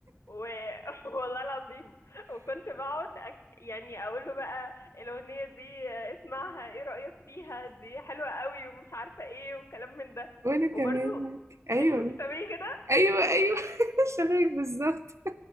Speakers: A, on the left (about 80°); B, on the right (about 85°).
A: و... <laughs> والله العظيم وكنت بقعد أك... يعني اقول له بقى الاغنيه دي آه، اسمعها ايه رايك فيها دي حلوه قوي ومش عارفه ايه وكلام من ده
B: وأنا
A: وبرضو
B: كمان معاك. أيوة
A: انت كنت بتعملي كده
B: أيوة أيوه <laughs> شبهك بالظبط